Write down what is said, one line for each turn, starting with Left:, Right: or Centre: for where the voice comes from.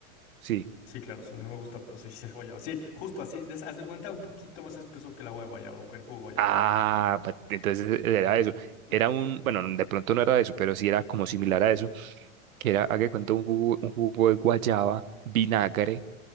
Right: Sí.
Left: Sí, claro, sí, no me gusta, pero sí, <laughs> sí, hay guayaba. Sí, justo así, des- haz de cuenta un poquito más espeso que el agua de guayaba o que el jugo de guayaba.
Right: Ah, pa- entonces eh, era eso.
Left: Ajá,
Right: Era un, bueno, de pronto no era eso, pero sí era como similar a eso, que era, haga de cuenta, un jugo, un jugo de guayaba, vinagre,